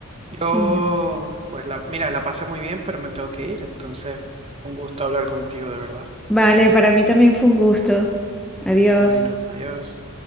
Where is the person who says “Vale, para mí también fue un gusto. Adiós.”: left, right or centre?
Centre